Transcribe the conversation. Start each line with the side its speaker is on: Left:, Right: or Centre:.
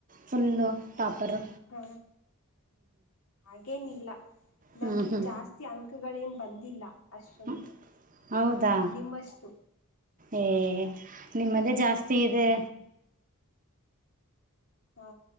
Right: ಫುಲ್ಲು ಟಾಪ್ಪರ್.
Left: ಹಾ ಹಾಗೇನಿಲ್ಲ
Right: ಹ್ಞೂ
Left: ನಮ್ಗೆ
Right: ಹ್ಞೂ
Left: ಜಾಸ್ತಿ. ಅಂಕಗಳೇನು ಬಂದಿಲ್ಲ. ಅಷ್ಟೊಂದು
Right: ಹ ಹೌದಾ
Left: ನಿಮ್ಮಷ್ಟು
Right: ಏ. ನಿಮ್ಮದೇ ಜಾಸ್ತಿ ಇದೆ.
Left: ಹಾ